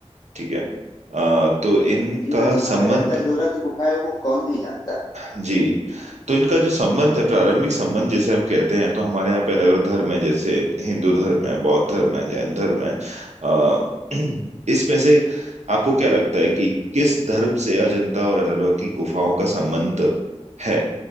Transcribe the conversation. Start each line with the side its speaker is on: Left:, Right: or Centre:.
Right: ठीक है अ, तो इनका
Left: जी हाँ जी हाँ
Right: संबंध
Left: अजंता एलोरा की गुफाओं को कौन नहीं जानता
Right: जी तो इनका जो संबंध है प्रारंभिक संबंध जिसे हम कहते हैं तो हमारे यहाँ पे अलग अलग धर्म है जैसे हिंदू धर्म है बौद्ध धर्म है जैन धर्म है अ, <clears throat> इसमें से आपको क्या लगता है कि किस धर्म से अजंता और एलोरा की गुफाओं का संबंध है